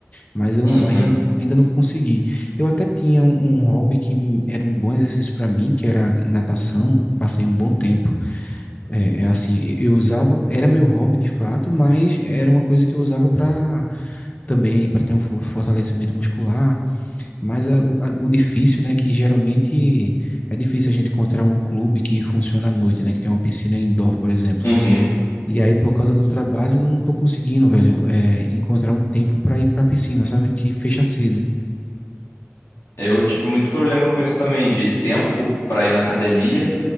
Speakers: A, on the left (about 30°); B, on the left (about 80°).
A: mas eu
B: Uhum.
A: não- ainda, ainda não consegui. Eu até tinha um, um hobby que era um bom exercício para mim, que era natação. Passei um bom tempo. É, é assim, eu usava, era meu hobby de fato, mas era uma coisa que eu usava para também aí para ter um fo- fortalecimento muscular. Mas a- o a- o difícil, né, que geralmente é difícil a gente encontrar um clube que funciona à noite, né, que tem uma piscina indoor, por exemplo.
B: Uhum.
A: E aí, por causa do trabalho, não tô conseguindo, velho, é, encontrar um tempo para ir para piscina, sabe? Que fecha cedo.
B: Eu tive muito problema com isso também, de tempo pra ir na academia.